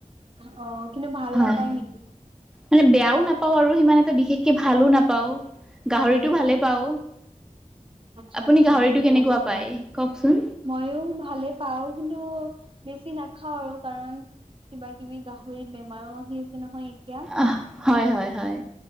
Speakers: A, on the right; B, in the centre.
A: অ কিন্তু ভাল
B: হয়।
A: নাপায় নেকি?
B: মান বয়াও নাপ পাওঁ আৰু সিমান এটা বিশেষকে ভালো নাপাওঁ, গাহৰিতটো
A: আচ্ছা আচ্ছা
B: ভালে পাওঁ।
A: আচ্ছা
B: আপুনি
A: আচ্ছা
B: গাহৰিটো
A: ঠিকে
B: কেনেকুৱা
A: আছে,
B: পায় কওকচোন?
A: মইো ভালে পাও কিন্তু বেছি নাখাও আৰু, কাৰণ কিবা কিবি গাহৰি বেমাৰো আহি আছে নহয়। তিয়া
B: আহ হয়
A: আৰু
B: হয় হয়